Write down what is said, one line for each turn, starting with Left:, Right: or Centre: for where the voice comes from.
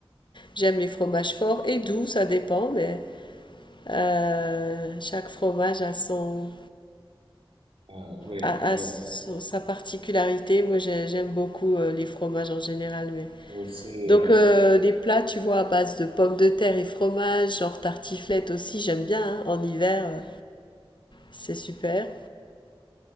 Left: J'aime les fromages forts et doux, ça dépend, mais euh, chaque fromage a son,
Right: euh, oui.
Left: a, a
Right: euh,
Left: son- sa particularité. Moi, j'ai- j'aime beaucoup euh, les fromages en général, mais.
Right: aussi,
Left: Donc
Right: euh,
Left: euh, des plats, tu vois, à base de pommes de terre et fromage, genre tartiflette aussi, j'aime bien, hein, en hiver, euh, c'est super.